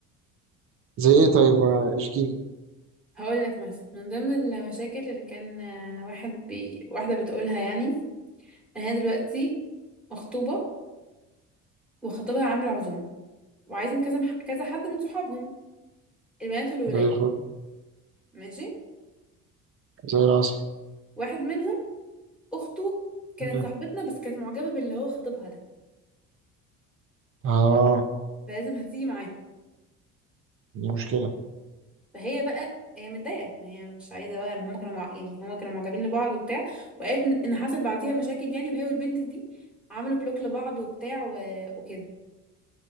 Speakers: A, on the right; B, in the centre.
A: زي ايه طيب ما اشجيني
B: هقول لك مثلا من ضمن المشاكل اللي كان آه، واحد بي... واحده بتقولها يعني يعني انا دلوقتي مخطوبه وخطيبها عامل عزومه وعايزه كذا كذا حد من صحابهم البنات والولاد
A: زي الفل
B: ماشي
A: زي العسل
B: واحد منهم اخته كانت
A: مم.
B: صاحبتنا بس كانت معجبه باللي هو خطيبها ده
A: اه
B: فلازم هتيجي معاه
A: دي مشكله
B: فهي بقى هي متضايقه ما هي مش عايزه بقى ما هما كانوا مع... يعني هما كانوا معجبين لبعض وبتاع وقالت ان إن حصل بعديها مشاكل يعني وهي والبنت دي عملوا بلوك لبعض وبتاع و... وكده